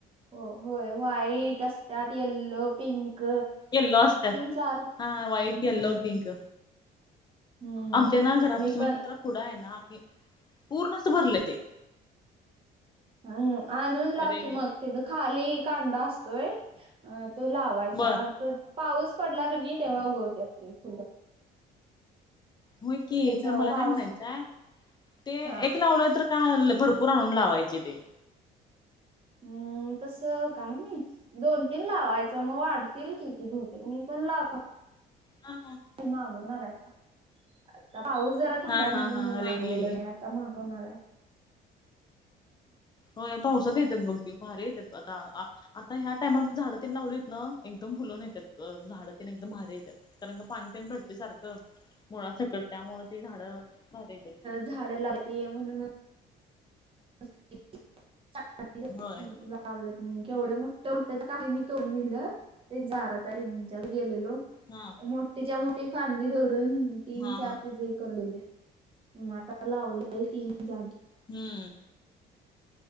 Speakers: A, on the right; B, on the left.
A: हो होय व्हाईट असतात येल्लो पिंक
B: येल्लो असतात
A: चार
B: हा व्हाईट
A: हम्म
B: येल्लो पिंक
A: हम्म
B: आमच्या ना घरापशी
A: मी पण
B: म चित्र पुढं आहे ना पूर्ण असं भरलं ते
A: अ आणून लाव
B: रेनी
A: की मग त्याचा खाली कांदा असतोय. अ तो लावायचा
B: ब
A: तो पाऊस पडला का नाही तेव्हा उगवते त फुलं
B: हो की
A: त्याच्यावर
B: खर मला
A: पाऊस
B: काय म्हणायचंय ते
A: हा
B: एक लावलं तर भरपूर आणून लावायचे ते
A: हम्म तस काय माहित? दोन तीन लावायचं मग वाढतील किती बहुतेक मी पण लावलो.
B: हा
A: मागवणार आहे पाऊस जरा थांबाय
B: हा
A: म्हणून
B: हा हा
A: मागवल
B: रेन लिली
A: नाही आता मागवणार आहे.
B: होय पाऊसात येतात बघ त भारी येतात आता आता ह्या टायमात झाडं तन लावली येत ना एकदम फुलून येतात झाडं तन एकदम भारे येतात. कारण का पाणतेण भरते सारखं मुळा सक त्यामुळे ती झाडं भारी कर.
A: झाड लागते म्हणून <unintelligible>
B: होय.
A: लावले ली मी केवढं मोठ होत काही नाही दोन नहल त्यांच्या अरा तारीच्या गेलेलो.
B: हा.
A: मोठीच्या मोठी फांदी धडून तीन
B: हा
A: चार
B: हा
A: तज ह करून दिल्या. आता लावलंय ती मग झाड जागी
B: हम्म.